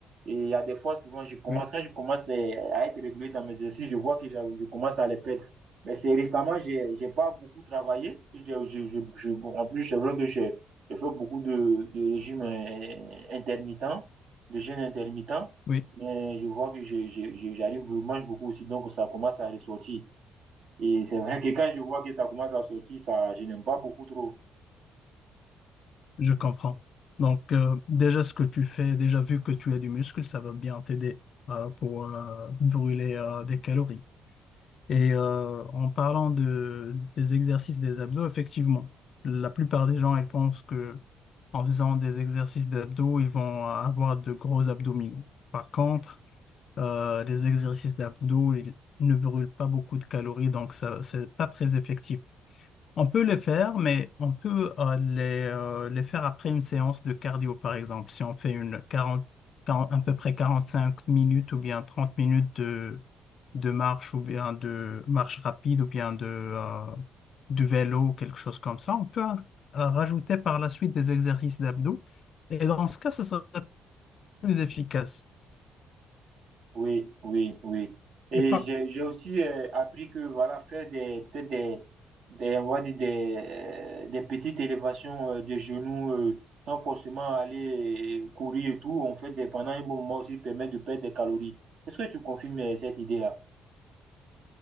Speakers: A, on the right; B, on the left.
A: Et il y a des fois, souvent, je commence,
B: oui,
A: quand je commence les- à être régulier dans mes exercices, je vois que j'a- je commence à les perdre. Mais c'est récemment, j'ai, j'ai pas beaucoup travaillé. Je, je, je, je- bon, en plus, c'est vrai que j'ai j'ai fait beaucoup de, de régimes euh, intermittents, de jeûnes intermittents.
B: oui,
A: Mais je vois que je, je, je- j'arrive, je mange beaucoup aussi, donc ça commence à ressortir. Et c'est vrai que quand je vois que ça commence à sortir, ça, je n'aime pas beaucoup trop.
B: je comprends. Donc, euh, déjà ce que tu fais, déjà vu que tu as du muscle, ça va bien t'aider euh, pour euh, brûler euh, des calories. Et euh, en parlant de, des exercices des abdos, effectivement, la plupart des gens, ils pensent que en faisant des exercices d'abdos, ils vont avoir de gros abdominaux. Par contre, euh, les exercices d'abdos, ils ne brûlent pas beaucoup de calories, donc ça, c'est pas très effectif. On peut les faire, mais on peut euh, les, euh, les faire après une séance de cardio, par exemple. Si on fait une 40, 40 à peu près 45 minutes ou bien 30 minutes de, de marche ou bien de marche rapide ou bien de, euh, de vélo, quelque chose comme ça, on peut euh, rajouter par la suite des exercices d'abdos. Et dans ce cas, ce serait plus efficace.
A: Oui, oui, oui. Et
B: Et par
A: j'ai, j'ai aussi euh, appris que voilà, faire des, peut-être des, des, on va dire des, euh, des petites élévations euh, de genoux euh, sans forcément aller euh, courir et tout, on fait des, pendant un bon moment aussi permet de perdre des calories. Est-ce que tu confirmes euh, cette idée-là?